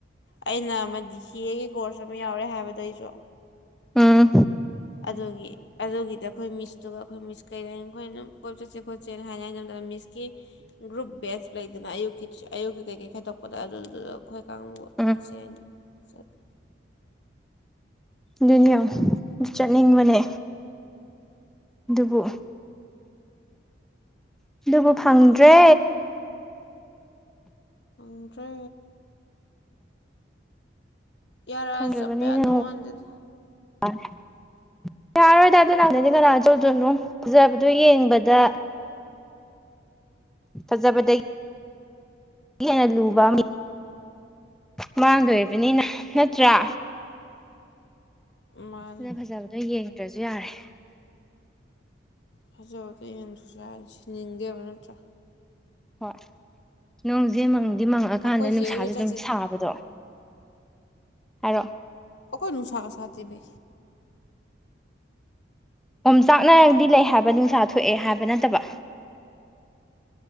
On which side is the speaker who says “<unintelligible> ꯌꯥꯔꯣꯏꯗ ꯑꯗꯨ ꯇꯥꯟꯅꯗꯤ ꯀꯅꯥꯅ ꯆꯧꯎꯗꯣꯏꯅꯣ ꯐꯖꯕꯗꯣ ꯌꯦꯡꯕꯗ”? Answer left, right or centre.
Centre